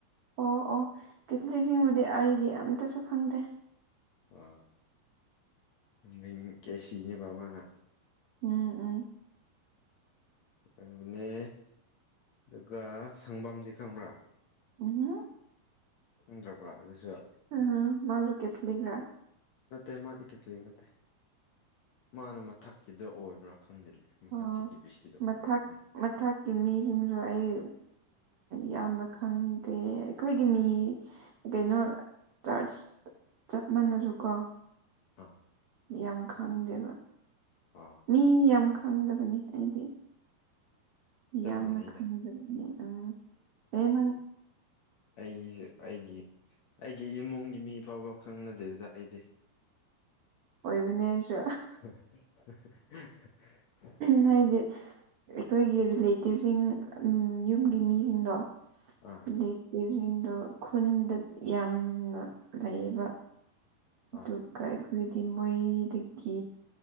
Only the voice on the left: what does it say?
ꯑ ꯅꯡ ꯀꯦ ꯁꯤꯅꯦꯕ ꯑꯃ ꯃꯥꯅ <inaudible>
ꯑꯗꯨꯒꯅꯦ ꯑꯗꯨꯒ ꯁꯪꯕꯝꯗꯤ ꯈꯪꯕ꯭ꯔꯥ
ꯈꯪꯗ꯭ꯔꯕ꯭ꯔꯥ ꯑꯗꯨꯁꯨ
ꯅꯠꯇꯦ ꯃꯥꯗꯤ ꯀꯦꯊꯂꯤꯛ ꯅꯠꯇꯦ ꯃꯥꯅ ꯃꯊꯛꯀꯤꯗ ꯑꯣꯏꯕ꯭ꯔꯥ ꯈꯪꯗꯦꯅꯦ ꯃꯊꯛꯀꯤ
ꯗꯤ ꯕꯤ ꯁꯤꯗ ꯑꯣꯏꯕꯔ꯭
<unintelligible>
ꯑꯥ
ꯑꯥ
ꯆꯞ
ꯃꯥꯟꯅꯩꯗ
ꯑꯩꯁꯦ ꯑꯩꯒꯤ ꯑꯩꯒꯤ ꯏꯃꯨꯡꯒꯤ ꯃꯤ ꯐꯥꯎꯕ ꯈꯪꯅꯗꯦꯗ ꯑꯩꯗꯤ
<unintelligible>
ꯑ <unintelligible> <inaudible>
ꯑ
<unintelligible> <inaudible>